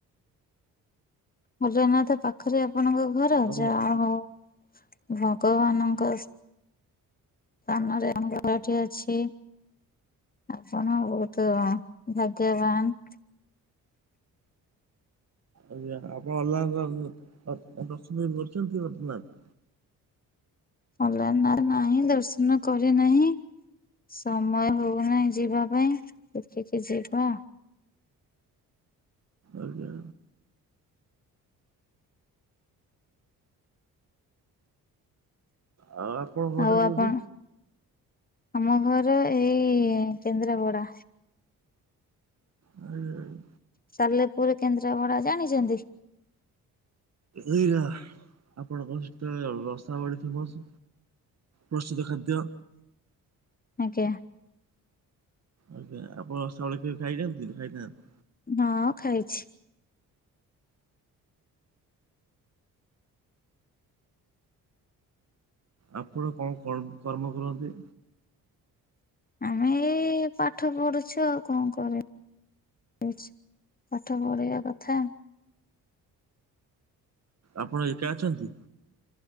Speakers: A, on the left; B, on the right.
A: ଅଲାରନାଥ ପାଖରେ ଆପଣଙ୍କ ଘର
B: ଆମ
A: ଜା ହଉ ଭଗବାନଙ୍କ ସ୍ଥାନରେ <unintelligible> ଅଛି। ଆପଣ ବହୁତ ଭାଗ୍ୟବାନ।
B: ଆଜ୍ଞା ଆପଣ ଅଲ୍ <inaudible> ଦଶନ କେବେ କରିଛନ୍ତି ଅଲାନାଥ?
A: ଅଲାରନାଥ ନାହିଁ ଦର୍ଶନ କରି ନାହିଁ। ସମୟ ହଉନାହିଁ ଯିବା ପାଇଁ ଦେଖିକି ଯିବା।
B: ଆଜ୍ଞା। ଆଉ ଆପଣଙ୍କ ଘରଟା
A: ଆଉ
B: କୋଉଠି?
A: ଆପଣ ଆମ ଘର ଏଇ କେନ୍ଦ୍ରାପଡା।
B: ଆ। <unintelligible>
A: ସାଲେପୁର କେନ୍ଦ୍ରାପଡା ଜାଣିଛନ୍ତି?
B: ଏଇରା ଆପଣଙ୍କ ସେତେଳ ରସବଳି ଫେମସ। ପ୍ରସିଦ୍ଧ ଖାଦ୍ୟ।
A: ଆଜ୍ଞା।
B: ଆଜ୍ଞା ଆପଣ ରସାବଳି କେବେ ଖାଇଛନ୍ତି ଖାଇଥାହାନ୍ତି?
A: ହଁ ଖାଇଛି।
B: ଆପଣ କଣ କର୍ମ କରନ୍ତି?
A: ଆମେ ଏଇ ପାଠ ପଢୁଛୁ ଆଉ କଣ କରିବୁ। ପାଠ ପଢିବା କଥା।
B: ଆପଣ ଏକା ଅଛନ୍ତି?